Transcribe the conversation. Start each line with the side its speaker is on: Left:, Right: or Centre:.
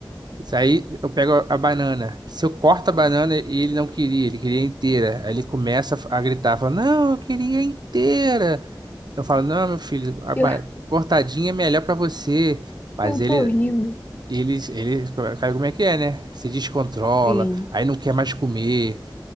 Right: Isso Aí eu pego a banana. Se eu corto a banana e ele não queria, ele queria inteira. Aí ele começa a a gritar, fala, não, eu queria inteira. Eu falo, não, meu filho, a
Left: Eu,
Right: ba- cortadinha é melhor pra você. Mas
Left: eu tô
Right: ele,
Left: rindo,
Right: ele, ele, sabe como é que é, né? Se descontrola,
Left: sim,
Right: aí não quer mais comer.